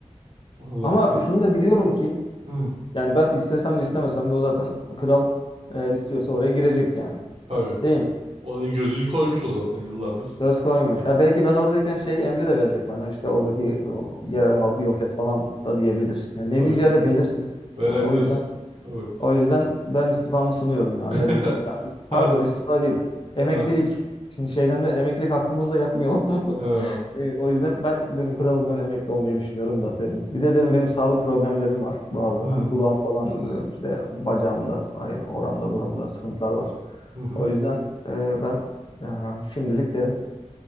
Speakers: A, on the right; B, on the left.
A: Vallahi
B: Ama
A: sen.
B: şunu da biliyorum ki
A: Hı,
B: yani ben istesem de istemesem de o zaten o kral eğer istiyorsa oraya girecek yani.
A: tabii.
B: Değil mi?
A: Oraya gözünü koymuş o zaten yıllardır.
B: Göz koymuş. Ya belki ben oradayken şey emri de verecek bana. İşte oradaki o, yerel halkı yok et falan da diyebilir. Yani ne
A: Tabii.
B: diyeceği de belirsiz.
A: Verebilir.
B: Yani o yüzden
A: Evet.
B: O yüzden ben istifamı sunuyorum ya.
A: <laughs>
B: Derim ki ya is- pardon
A: Her
B: istifa değil. Emeklilik.
A: ha,
B: Şimdi şeyden de emeklilik hakkımızı da yakmayalım. <laughs>
A: ha.
B: E, o yüzden ben derim kralım ben emekli olmayı düşünüyorum da derim. Bir de derim benim sağlık problemlerim var bazı.
A: Hı
B: Hani kulağım falan e, işte bacağımda, ay, oramda buramda sıkıntılar var.
A: hı hı.
B: O yüzden e, ben e, şimdilik derim